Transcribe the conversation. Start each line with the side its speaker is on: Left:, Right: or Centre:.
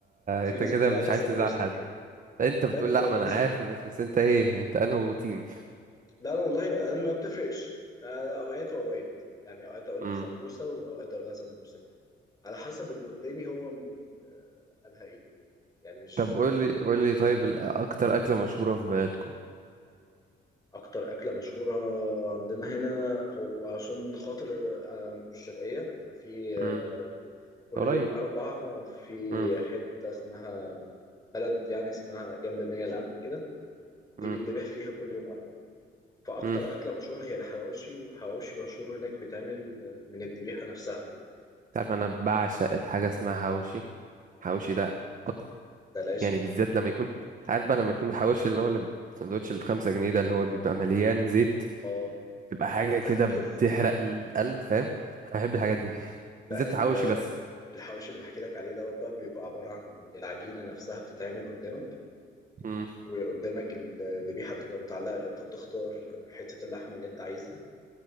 Left: وفي
Right: انت
Left: ناس
Right: كده
Left: بتقول
Right: مش
Left: عليها
Right: عايز
Left: سمبوسك
Right: تزعل حد انت
Left: ده
Right: بتقول
Left: بجد
Right: لا ما انا عارف الناس بس انت ايه انت انهو تيم
Left: لا انا والله انا ما بتفرقش أنا اوقات واوقات يعني اوقات اقولها
Right: امم
Left: سمبوسه واوقات اقولها سمبوسك على حسب اللي قدامي هو م- آه، قالها ايه يعني مش
Right: طب قول لي قول لي طيب الأ- اكتر اكله مشهوره في بلدكم
Left: اكتر اكله مشهوره عندنا هنا هو عشان خاطر انا مش شرقيه ففي آه،
Right: امم
Left: كل
Right: قريب
Left: يوم اربع في
Right: امم
Left: حته اسمها بلد يعني اسمها جنب منيا القمح كده دي
Right: امم
Left: بيتذبح فيها كل يوم اربع فاكتر
Right: امم
Left: اكله مشهوره هي الحواوشي والحواوشي مشهور هناك بيتعمل من الذبيحه نفسها
Right: انت عارف
Left: يعني
Right: انا بعشق الحاجه اسمها حواوشي حواوشي ده أك...
Left: ده العشق
Right: يعني بالذات لما يكون عارف بقى لما يكون الحواوشي اللي هو اللي الساندوتش اللي بخمسة جنيه ده اللي هو بيبقى مليان زيت
Left: اه
Right: تبقى حاجه كده
Left: <laughs>
Right: بتحرق القلب فاهم انا بحب الحاجات دي <laughs>
Left: لا
Right: بالذات
Left: ال-
Right: الحواوشي بس
Left: الحواوشي اللي بحكي لك عليه دوت بقى بيبقى عبارة عن العجينة نفسها بتتعمل قدامك
Right: امم
Left: وقدامك الذبيحة بتبقى متعلقة انت بتختار حتة اللحمة اللي انت عايزها